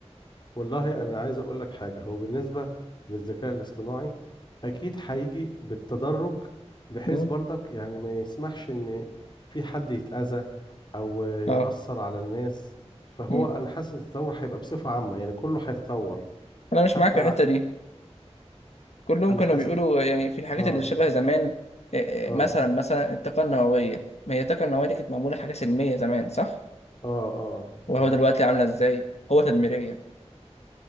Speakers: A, on the left; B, on the left.
A: والله انا عايز اقول لك حاجه هو بالنسبه للذكاء الاصطناعي اكيد هيجي بالتدرج بحيث
B: مم.
A: برضك يعني ما يسمحش ان في حد يتاذى او ياثر
B: اه
A: على الناس فهو
B: مم.
A: انا حاسس التطور هيبقى بصفه عامه يعني كله هيتطور
B: انا مش
A: حتى
B: معاك في
A: الع...
B: الحته دي كلهم
A: انا
B: كانوا
A: حاسس
B: بيقولوا يعني في الحاجات
A: اه
B: اللي شبه زمان آه،
A: اه
B: آه، مثلا مثلا الطاقه النوويه ما هي الطاقه النوويه دي كانت معموله حاجه سلميه زمان صح
A: اه اه
B: وهو
A: اه
B: دلوقتي عامله ازاي قوه تدميريه